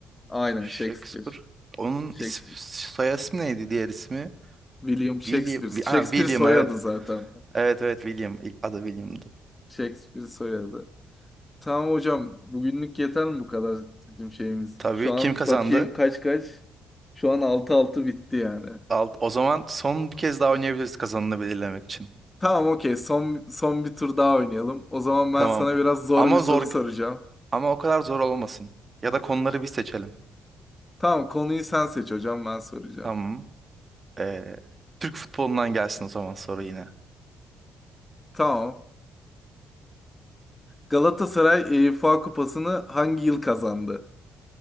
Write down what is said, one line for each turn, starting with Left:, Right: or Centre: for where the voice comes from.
Left: Aynen
Right: Shakespeare.
Left: Shakespeare.
Right: Onun
Left: Shakespeare.
Right: is soy ismi neydi diğer ismi?
Left: William Shakespeare.
Right: William. Wi-
Left: Shakespeare
Right: Ha, William
Left: soyadı
Right: evet.
Left: zaten.
Right: Evet evet William. İlk Adı William'dı.
Left: Shakespeare soyadı. Tamam hocam, bugünlük yeter mi bu kadar bizim şeyimiz?
Right: Tabii
Left: Şu an
Right: kim kazandı?
Left: bakayım kaç kaç. Şu an altı altı bitti yani.
Right: Al- o zaman son bir kez daha oynayabiliriz kazanını belirlemek için.
Left: Tamam okey son, son bir tur daha oynayalım. O zaman ben
Right: Tamam.
Left: sana biraz zor
Right: Ama
Left: bir soru
Right: zor
Left: soracağım.
Right: ama o kadar zor olmasın. Ya da konuları bir seçelim.
Left: Tamam konuyu sen seç hocam ben soracağım.
Right: Tamam. Ee, Türk futbolundan gelsin o zaman soru yine.
Left: Tamam. Galatasaray UEFA Kupası'nı hangi yıl kazandı?